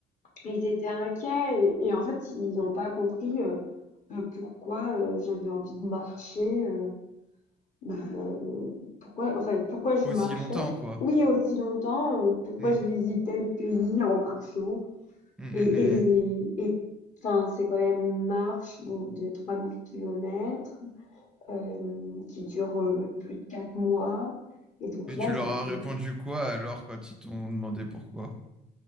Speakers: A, on the left (about 45°); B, in the centre.
A: ils étaient inquiets et, et en fait, ils n'ont pas compris euh, euh, pourquoi euh, j'avais envie de marcher. euh, bah, euh, pourquoi, en fait, pourquoi je
B: Aussi
A: marchais?
B: longtemps, quoi.
A: Oui, aussi longtemps, euh, pourquoi
B: Hmm,
A: je visitais le pays en marchant.
B: hmm,
A: Et
B: hmm,
A: et
B: hmm,
A: et et enfin, c'est quand même une marche donc de trois mille kilomètres hem, qui dure, heu, plus de quatre mois et donc
B: hmm. Et
A: là,
B: tu
A: ils
B: leur
A: se
B: as
A: sont
B: répondu quoi alors quand ils t'ont demandé pourquoi?